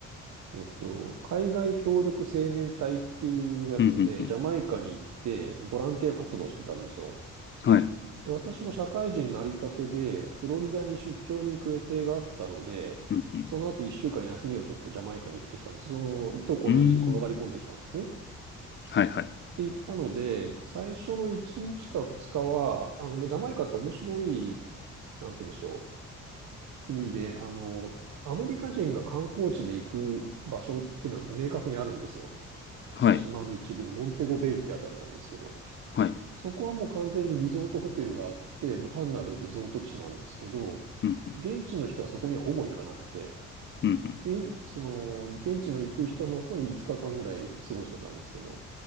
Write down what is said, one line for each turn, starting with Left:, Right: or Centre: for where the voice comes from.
Right: えっと、海外協力青年隊っていうやつで、
Left: うんうん
Right: ジャマイカに行って、ボランティア活動してたんですよ。
Left: うん。はい。
Right: で、私も社会人になりたてで、フロリダに出張に行く予定があったので、
Left: うんうん。
Right: その後一週間休みを取ってジャマイカに行ってきたんです。その、いとこの家に転がり込んできたんですね。
Left: うーん。はいはい。
Right: で、行ったので、最初の1日か2日は、あの、ジャマイカって面白い、なんて言うんでしょう、国で、あの、アメリカ人が観光地で行く場所っていうのは明確にあるんですよ。
Left: はい。
Right: 島の一部で、モンテゴベイってあたりなんですけど、
Left: はい。
Right: そこはもう完全にリゾートホテルがあって、もう単なるリゾート地なんですけど、
Left: うんうん。
Right: 現地の人はそこにはほぼ行かなくて、
Left: うんうん。
Right: 現、その、現地の行く人のとこに5日間ぐらい過ごしてたんですけど、